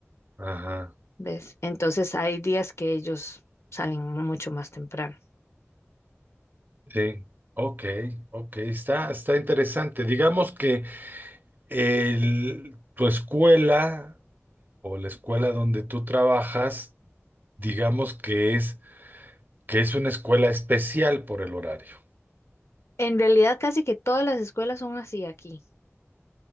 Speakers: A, on the right; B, on the left.
A: ajá.
B: ¿ves? Entonces, hay días que ellos salen mucho más temprano.
A: Sí, ok, ok, está, está interesante. Digamos que el- tu escuela o la escuela donde tú trabajas, digamos que es, que es una escuela especial por el horario,
B: En realidad, casi que todas las escuelas son así aquí.